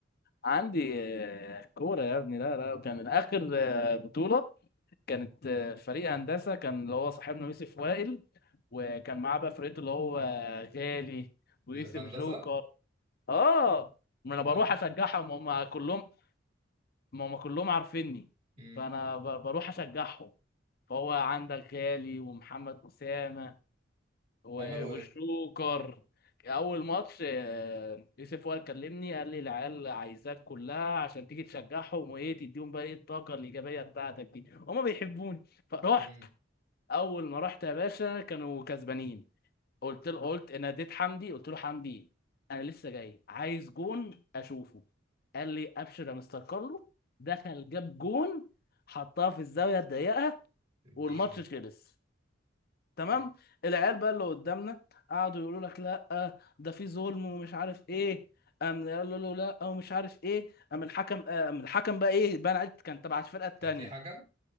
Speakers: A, on the left; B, on the right.
A: عندي آه، كورة يا ابني لا لا كان اخر آه، بطولة كانت آه، فريق هندسة كان اللي هو صاحبنا يوسف وائل وكان معاه بقى فرقته اللي هو غالي ويوسف
B: اللي في هندسة؟
A: جوكر اه ما انا بروح
B: عم-
A: اشجعهم هم كلهم ما هم كلهم عارفيني
B: مم.
A: فانا ب- بروح اشجعهم فهو عندك غالي ومحمد اسامة و-
B: عملوا
A: والشوكر
B: ايه؟
A: اول ماتش آه، يوسف وائل كلمني قال لي العيال عايزاك كلها عشان تيجي تشجعهم وايه تديهم بقى ايه الطاقه الايجابيه بتاعتك دي هما بيحبوني فرحت
B: مم.
A: اول ما رحت يا باشا كانوا كسبانين قلت له قلت ناديت حمدي قلت له حمدي انا لسه جاي عايز جون اشوفه قال لي ابشر يا مستر كارلو دخل جاب جون حطها في الزاويه الضيقه
B: اديني
A: والماتش خلص تمام
B: إيه؟
A: العيال بقى اللي قدامنا قعدوا يقولوا لك لا ده في ظلم ومش عارف ايه قام قالوا له لا ومش عارف ايه قام الحكم قام الحكم بقى ايه بقى أنا عرفت كان تبع الفرقه التانيه
B: كان في حكم؟